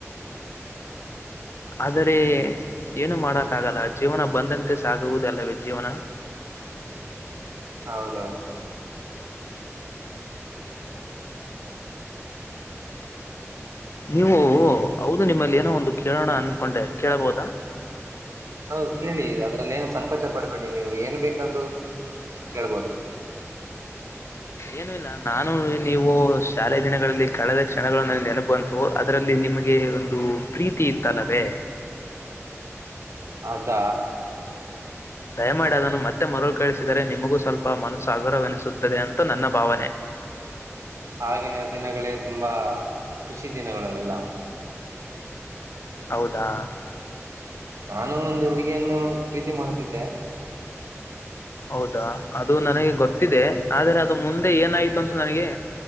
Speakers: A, on the left; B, on the right.
A: ಆದರೆ ಏನು ಮಾಡೋಕ್ಕಾಗಲ್ಲ ಜೀವನ ಬಂದಂತೆ ಸಾಗುವುದಲ್ಲವೇ ಜೀವನ
B: ಹೌದೌದು
A: ನೀವು ಹೌದು ನಿಮ್ಮಲ್ಲಿ ಏನೋ ಒಂದು ಕೇಳೋಣ ಅನ್ಕೊಂಡೆ ಕೇಳಬಹುದಾ
B: ಹೌದು ಕೇಳಿ ಇದು ಅದರಲ್ಲೆನು ಸಂಕೋಚ ಪಡಬೇಡಿ ನೀವು ಏನು ಬೇಕಾದರೂ ಕೇಳ್ಬೋದು
A: ಏನು ಇಲ್ಲ ನಾನು ನೀವು ಶಾಲೆ ದಿನಗಳಲ್ಲಿ ಕಳೆದ ಕ್ಷಣಗಳು ನ ನೆನಪ ಬಂತು ಅದರಲ್ಲಿ ನಿಮಗೆ ಒಂದು ಪ್ರೀತಿ ಇತ್ತಲ್ಲವೇ
B: ಅದ
A: ದಯಮಾಡಿ ಅದನ್ನು ಮತ್ತೆ ಮರುಳು ಕೇಳಿಸಿದರೆ ನಿಮಗೂ ಸ್ವಲ್ಪ ಮನಸ್ಸು ಹಗುರವೆನಿಸುತ್ತದೆ ಅಂತ ನನ್ನ ಭಾವನೆ
B: ಆಗಿನ ದಿನಗಳೇ ತುಂಬಾ ಖುಷಿ ದಿನಗಳು ಅವೆೆಲ್ಲ
A: ಹೌದಾ
B: ನಾನು ಒಂದು ಹುಡುಗಿಯನ್ನು ಪ್ರೀತಿ ಮಾಡುತ್ತಿದ್ದೆ
A: ಹೌದಾ ಅದು ನನಗೆ ಗೊತ್ತಿದೆ ಆದ್ರೆ ಅದು ಮುಂದೆ ಏನಾಯ್ತು ಅಂತ ನನಗೆ